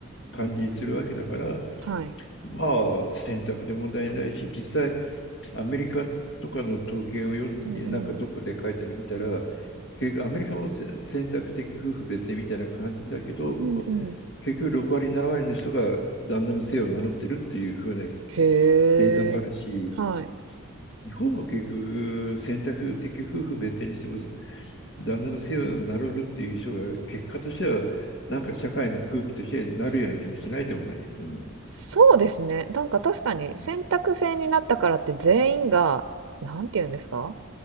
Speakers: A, on the left; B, on the right.
A: 感じにするわけだから
B: はい。
A: まあ選択で問題ないし実際アメリカとかの統計を読んで、
B: うんうん。
A: なんかどっかで書いたの見たら、結局アメリカもせ選択的夫婦別姓みたいな感じだけど、
B: うんうん。
A: 結局6割、7割の人が旦那の姓を名乗ってるっていう風な
B: へえ。
A: データもあるし、
B: はい。
A: 日本も結局選択的夫婦別姓にしても、旦那の姓を名乗るっていう人が結果としては、なんか社会の空気としてなるような気もしないでもない。うん。
B: そうですね。なんか確かに選択制になったからって全員が、
A: うん
B: なんて言うんですか